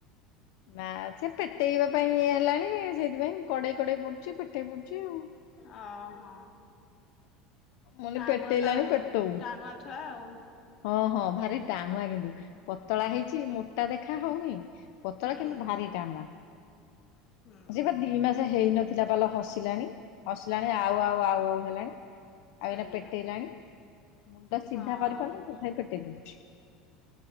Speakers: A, on the left; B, on the left.
A: ନା ସେ ପେଟେଇବା ପାଇଁ ଇଏ ହେଲାଣି ସେଇଥିପାଇଁ କଡେଇ କଡେଇ ପଡୁଛି ପେଟେଇ ପଡୁଛି ଆଉ।
B: ଅ ହୋ।
A: କହିଲି
B: ଟାନୁଆ
A: ପେଟେଇଲାଣି
B: ତା
A: ପେଟଉ।
B: ଟାଣୁଆ ଛୁଆ ଆଉ।
A: ହଁ ହଁ ଭାରି ଟାଣୁଆ କିନ୍ତୁ ପତଳା
B: ହୁଁ
A: ହେଇଛି ମୋଟା ଦେଖା ହୋଉନି। ପତଳା
B: ହୁଁ
A: କିନ୍ତୁ ଭାରି ଟାଣୁଆ
B: ହୁଁ
A: ଯିବା ଦି ମାସ ହେଇନଥିଲା ବା ଲୋ ହସିଲାଣି ହସିଲାଣି ଆଉ ଆଉ ଆଉ ଆଉ ହେଲାଣି। ଆଉ
B: ସେଇଆ
A: ଏଇନା ପେଟେଇଲାଣି ମୁଣ୍ଡ ଟା ସିଧା
B: ହଁ
A: କରିପାରୁନାହାନ୍ତି ତଥାପି ପେଟେଇ ଦେଉଛି।